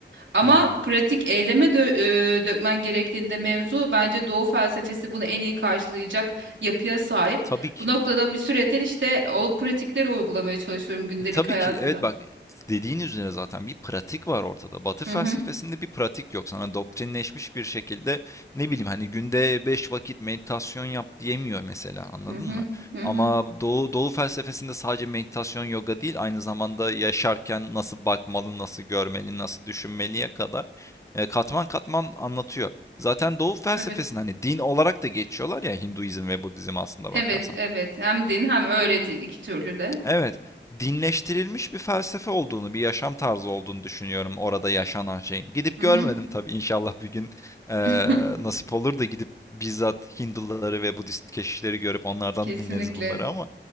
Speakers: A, on the right (about 80°); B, on the left (about 15°).
A: Ama
B: Hı hı.
A: pratik eyleme dö- e, dökmen gerektiğinde mevzu bence Doğu felsefesi bunu en iyi karşılayacak yapıya sahip.
B: Tabii ki.
A: Bu noktada bir süredir işte o pratikleri uygulamaya çalışıyorum gündelik
B: E, tabii
A: hayatımda.
B: ki. Evet, bak, dediğin üzere zaten bir pratik var ortada. Batı
A: Hı
B: felsefesinde
A: hı,
B: bir pratik yok. Sana doktrinleşmiş bir şekilde ne bileyim hani günde 5 vakit meditasyon yap diyemiyor mesela anladın
A: hı hı,
B: mı?
A: hı
B: Ama
A: hı.
B: Doğu, Doğu felsefesinde sadece meditasyon yoga değil aynı zamanda yaşarken nasıl bakmalı, nasıl görmeli, nasıl düşünmeliye kadar e, katman katman anlatıyor. Zaten Doğu felsefesinde
A: Evet.
B: hani din olarak da geçiyorlar ya Hinduizm ve Budizm aslında
A: Evet,
B: bakarsan.
A: evet. Hem din hem öğreti iki türlü de.
B: Evet, dinleştirilmiş bir felsefe olduğunu, bir yaşam tarzı olduğunu düşünüyorum orada yaşanan şeyin. Gidip
A: Hı
B: görmedim
A: hı.
B: tabii inşallah bir gün eee,
A: <laughs>
B: nasip olur da gidip bizzat Hinduları ve Budist keşişleri görüp onlardan
A: Kesinlikle.
B: dinleriz bunları ama